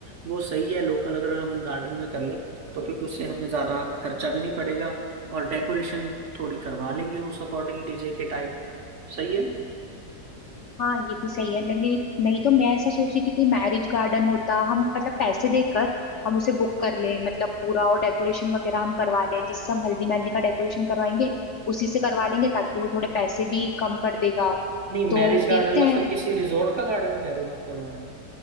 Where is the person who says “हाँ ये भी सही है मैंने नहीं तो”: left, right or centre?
Left